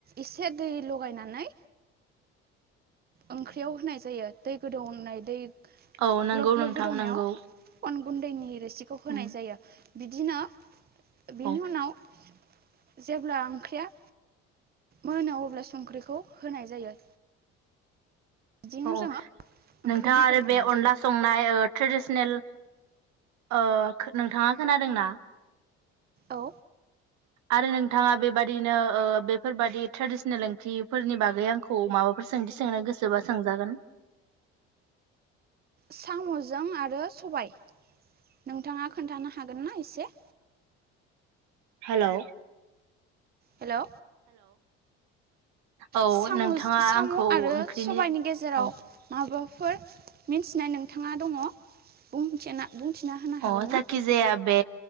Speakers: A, on the right (about 30°); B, on the right (about 70°).
A: एसे दै लगायनानै ओंख्रियाव होनाय जायो दै गोदौनाय दै
B: औ नंगौ
A: ग्लब
B: नोंथां
A: ग्लब गोदौनायाव
B: नंगौ
A: अन गुन्दैनि रोसिखौ होनाय
B: उम
A: जायो। बिदिनो बेनि
B: औ
A: उनाव जेब्ला ओंख्रिया मोनो अब्ला संख्रिखौ होनाय जायो। बिदिनो
B: औ औ
A: जोङो ओंख्रि
B: नोंथाङा
A: महर
B: आरो
A: मोननाय
B: बे अनला
A: जायो
B: संनाय ओ ट्रेडिसनेल ओ नोंथाङा खोनादोंना?
A: औ
B: आरो नोंथाङा बेबदिनो बेफोरबायदि ट्रेडिसनेल ओंख्रिफोरनि बागै आंखौ माबाफोर सोंथि सोंनो गोसोबा सोंजागोन
A: साम'जों आरो सबाय नोंथाङा खोन्थानो हागोन ना एसे
B: हेलौ
A: हेलौ
B: औ
A: साम
B: नोंथाङा
A: साम
B: आंखौ
A: आरो
B: ओंख्रिनि
A: सबायाइनि गेजेराव
B: अ
A: मा बेफोर मिथिनाय नोंथाङा दङ बुंथिना बुंथिना होनो हागोन
B: अ जाखिजाया
A: ना
B: बे